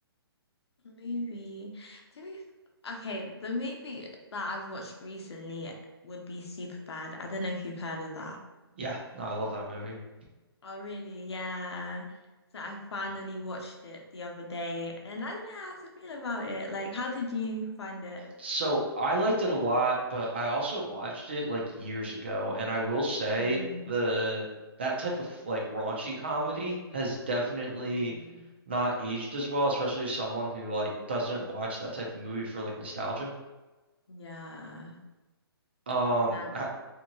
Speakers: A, on the left; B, on the right.
A: movie. To be f- okay, the movie that I've watched recently would be Superbad. I don't know if you've heard of that.
B: Yeah, no, I love that movie.
A: Oh, really? Yeah. So I finally watched it the other day, and I don't know how to feel about it. Like, how did you find it?
B: So I liked it a lot, but I also watched it like years ago, and I will say
A: Mm.
B: the that type of like raunchy comedy has definitely
A: Mm,
B: not aged as well, especially someone who like doesn't watch that type of movie for like nostalgia.
A: yeah,
B: Um,
A: not.
B: I,